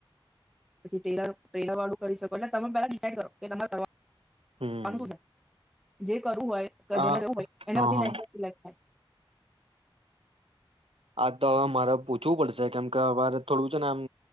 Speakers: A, in the centre; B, on the right (about 85°).
A: પછી લર ટેલર વાળું કરી શકો એટલે તમે પેલા ડિસાડ કરો કે તમાર ક
B: હમ
A: કોણ બોલે? જે કરવું હોય તો
B: હ હા
A: જેને જવું પડે એને
B: હા
A: પછી લઈ <inaudible>
B: આ તો હવે મારે પૂછવું પડશે કેમકે અમારે થોડું છે ને આમ